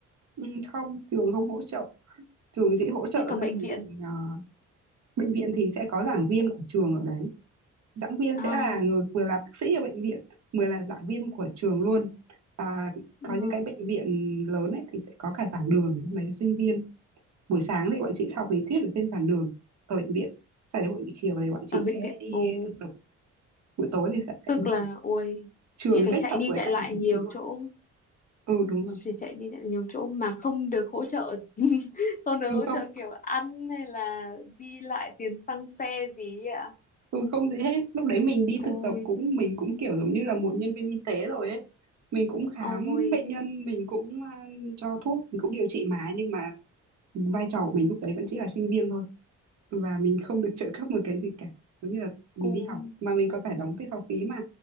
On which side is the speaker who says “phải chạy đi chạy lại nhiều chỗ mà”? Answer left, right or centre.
Left